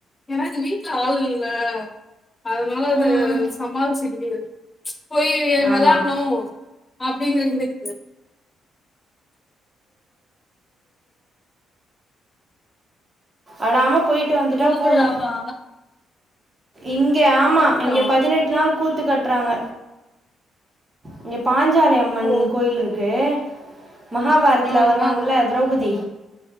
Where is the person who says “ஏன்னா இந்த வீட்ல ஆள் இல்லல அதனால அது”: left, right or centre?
Left